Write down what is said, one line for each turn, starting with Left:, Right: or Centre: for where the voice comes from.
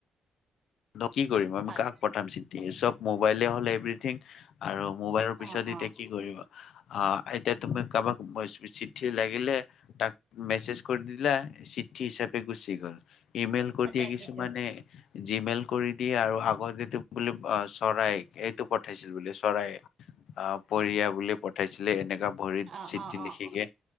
Left: ত কি কৰিম আমি
Right: হয়
Left: কাক পঠাম চিঠি, এই চব মোবাইলে হ'ল এভৰিথিং আৰু মোবাইলৰ পিছত
Right: অ',
Left: এতিয়া
Right: অ',
Left: কি কৰিবা। অ' এতিয়া তুমি কাবাক চিঠি। লাগিলে তাক মেচেজ কৰি দি। দিলা চিঠি হিচাপে গুচি গ'ল ইমেইল কৰি
Right: তাকেইতো
Left: দিয়ে কিছুমানে। জিমেইল। কৰি দিয়ে আৰু আগৰ যিটো বোলে চৰাই এইটো বত। পঠাইছিল বুলি চৰাই অহ পৰিয়া বুলি পঠাইছিলে এনেকুৱা ভৰিত
Right: অ',
Left: চিঠি
Right: অ',
Left: লিখিকে
Right: অ',